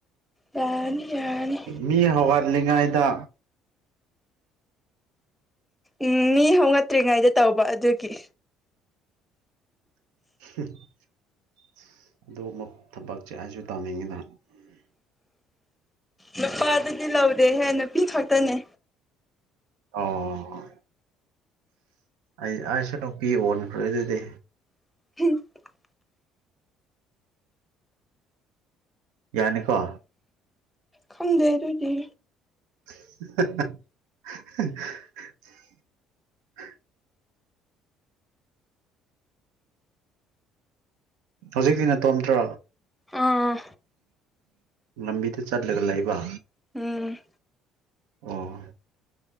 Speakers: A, in the centre; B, on the right.
A: ꯌꯥꯔꯅꯤ ꯌꯥꯔꯅꯤ
B: ꯃꯤ ꯍꯧꯒꯠꯂꯤꯉꯩꯗ
A: ꯎꯝ ꯃꯤ ꯍꯧꯒꯠꯇ꯭ꯔꯤꯉꯩꯗ ꯇꯧꯕ ꯑꯗꯨꯒꯤ
B: <unintelligible> ꯑꯗꯨꯒꯨꯝꯕ ꯊꯕꯛꯁꯦ ꯑꯩꯁꯨ ꯇꯥꯅꯤꯡꯉꯤꯗ
A: ꯅꯨꯄꯥꯗꯨꯗꯤ ꯂꯧꯗꯦꯍꯦ ꯅꯨꯄꯤ ꯈꯛꯇꯅꯦ
B: ꯑꯣ ꯑꯩ ꯑꯩꯁꯨ ꯅꯨꯄꯤ ꯑꯣꯟꯈ꯭ꯔꯦ ꯑꯗꯨꯗꯤ
A: <unintelligible>
B: ꯌꯥꯅꯤꯀꯣ
A: ꯈꯪꯗꯦ ꯑꯗꯨꯨꯗꯤ
B: <unintelligible> ꯍꯧꯖꯤꯛꯇꯤ ꯅꯇꯣꯝꯇ꯭ꯔꯣ
A: ꯑꯥ
B: ꯂꯝꯕꯤꯗ ꯆꯠꯂꯒ ꯂꯩꯕ
A: ꯎꯝ
B: ꯑꯣ